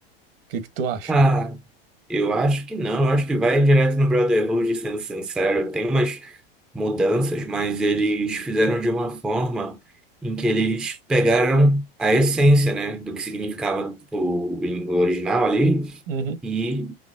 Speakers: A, on the right; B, in the centre.
A: que que tu acha?
B: Ah, eu acho que não, eu acho que vai direto no Brotherhood, sendo sincero. Tem umas mudanças, mas eles fizeram de uma forma em que eles pegaram a essência, né, do que significava o gringo original ali
A: Uhum.
B: e